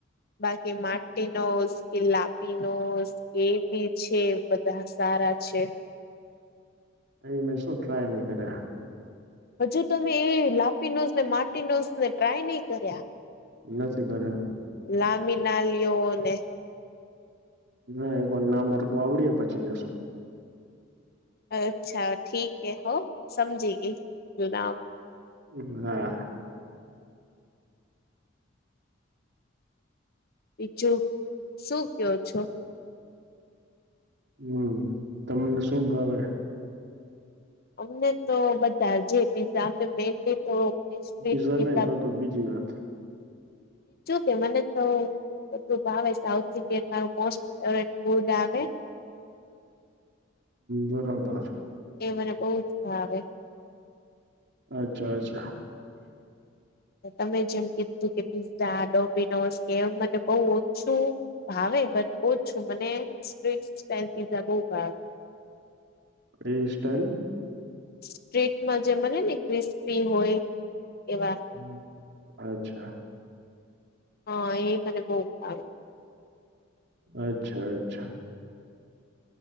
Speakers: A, on the left; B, on the right.
A: બાકી માર્ટીનોસ કે લાપીનોસ કે બી છે. બધા સારા છે.
B: અહી મેં શું ટ્રાય નહી કર્યા.
A: હજુ તમે એ લાપીનોસ ને માર્ટીનોસ ને ટ્રાય નહી કર્યા.
B: નથી કર્યો.
A: લાંબી નાલીઓ ને.
B: ના, એક વાર ના મારખું આવડી પછી જશું.
A: અચ્છા ઠીકે હો સમજી ગી જુ નામ
B: હમ <unintelligible>
A: બીજું શું કયો છો?
B: હમ તમને શું ભાવે.
A: અમને તો બધા જે પીઝા અમને મેનલી તો બીજું
B: પીઝા નહી બધું બીજી વાત
A: કે મને તો બધું ભાવે, સાઉથ ઇન્ડિયન મારું મોસ્ટ ફેવરીટ ફૂડ આવે.
B: બરોબર.
A: એ મને બહુ જ ભાવે.
B: અચ્છા, અચ્છા.
A: તમે જેમ કીધું કે પિઝા, ડોમિનોસ કે એમ મને બહુ ઓછું ભાવે બટ ઓછું જ છું. મને સ્ટ્રીટ સ્ટોલ પીઝા બહુ ભાવે.
B: એ સ્ટાઈલ
A: સ્ટ્રીટમાં જે બને ને ક્રિસ્પી હોય એવા.
B: હ, અચ્છા.
A: હા, એ મને બહુ આવે.
B: અચ્છા, અચ્છા.